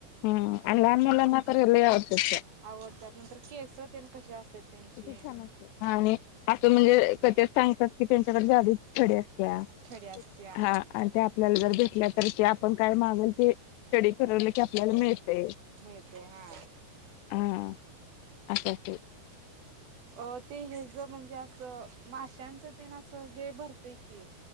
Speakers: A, on the left; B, on the right.
A: हां, आणि लहान
B: ते
A: मुलांना तर लै आवडत्यात त्या.
B: आवडतात, नंतर केस तेन कसे असतात. त्यांची
A: किती छान असतात, ह आणि असं म्हणजे, क ते सांगतात की त्यांच्याकडे जादूची छडी हाय. त्या
B: छडी असत्या
A: हां. आणि त्या आपल्याला जर भेटल्या तर, ते आपण काय मागेल ते, स्टडी करवलं की आपल्याला मिळते.
B: मिळते हा.
A: हा, अस ते.
B: अ ते, हे ज म्हणजे, असं माश्यांचं ते ना असं, हे भरतंय की.